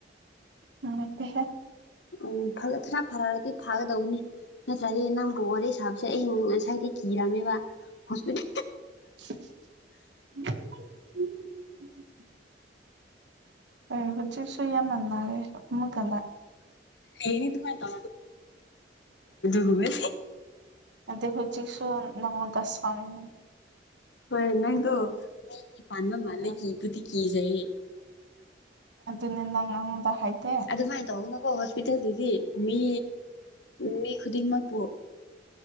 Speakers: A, on the right; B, on the left.
A: ꯃꯠꯇ
B: ꯎꯝ ꯈꯔ ꯐꯔꯛꯑꯔꯗꯤ ꯐꯥꯒꯗꯧꯕꯅꯤ ꯅꯠꯇ꯭ꯔꯗꯤ ꯅꯪꯕꯨ ꯋꯥꯔꯤ ꯁꯥꯕ ꯁꯦ ꯑꯩ ꯉꯁꯥꯏꯗꯤ ꯀꯤꯔꯝꯃꯦꯕ ꯍꯣꯁꯄꯤ
A: ꯎꯝ ꯑꯦ ꯍꯧꯣꯏꯁꯨ ꯁꯨꯏꯌꯥꯃꯂꯔꯦ ꯃꯨꯒꯂ
B: ꯑꯅꯤꯗꯨꯗꯨ ꯍꯃꯦ
A: ꯑꯗ ꯍꯧꯁꯤ ꯁ ꯅꯃꯗꯁꯅꯤꯅꯤ
B: ꯍꯣꯏ ꯅꯪꯒꯣ ꯄꯥꯟꯗꯝ ꯃꯥꯜ ꯂꯩꯒꯤꯕꯨꯗꯤ
A: ꯎꯝ
B: ꯀꯖꯌꯦꯦ
A: ꯑꯗꯨꯅꯤꯅꯪꯉꯣꯟꯗ ꯍꯥꯏꯥꯏꯇꯦ
B: ꯑꯗꯨꯃꯥꯏꯅ ꯇꯧꯒꯅꯀꯣ ꯍꯣꯁꯄꯤꯇꯥꯜꯗꯨꯗꯤ ꯃꯤ ꯃꯤ ꯈꯨꯗꯤꯡꯃꯛꯄꯨ